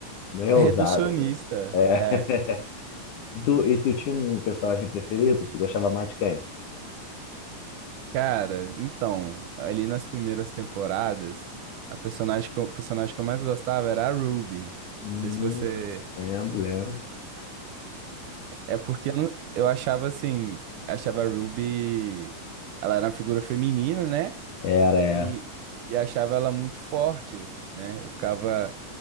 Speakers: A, on the left; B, on the right.
A: Meio
B: reducionista,
A: ousado, né? É.
B: é.
A: <laughs> E Tu, e tu tinha um personagem preferido? Tu gostava mais de quem?
B: Cara, então, ali nas primeiras temporadas, a personagem que eu, o personagem que eu mais gostava era a Ruby.
A: Hum,
B: Não sei se você.
A: lembro, lembro.
B: É porque eu, não- eu achava assim. Achava a Ruby. Ela era uma figura feminina, né?
A: Era, era.
B: E, e achava ela muito forte, né? Eu ficava.